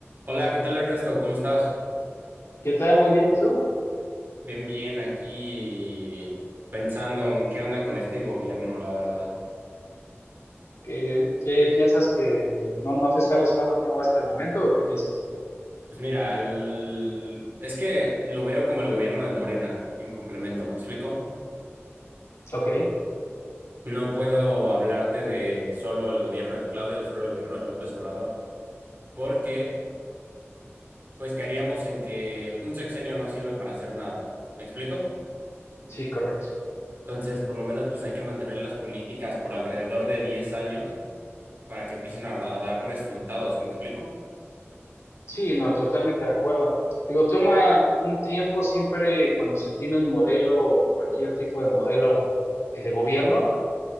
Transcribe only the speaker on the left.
¿Qué tal? Muy bien. ¿Y tú?
¿Qué, qué piensas que no, no te está gustando cómo va hasta el momento o qué piensas?
Ok,
sí, correcto.
Sí, no, totalmente de acuerdo. Digo, toma un tiempo siempre cuando se tiene un modelo, cualquier tipo de modelo eh, de gobierno,